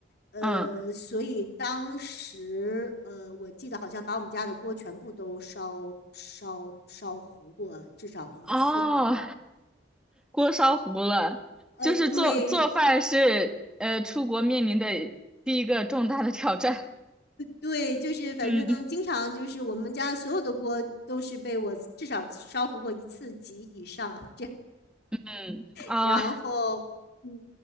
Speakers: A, on the left; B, in the centre.
A: 呃，
B: 嗯，
A: 所以当时，呃，我记得好像把我们家的锅全部都烧烧烧糊过，至少一次。
B: 哦。
A: <laughs>
B: 锅烧糊了，
A: 呃，
B: 就是做做饭是呃出国面临的
A: 对
B: 第一个重大的挑战。
A: 对，就是反正经常就是我们家所有的锅都是被我至少烧糊过一次及以上。
B: <laughs>
A: 这样
B: 嗯嗯嗯啊，
A: 然后，嗯，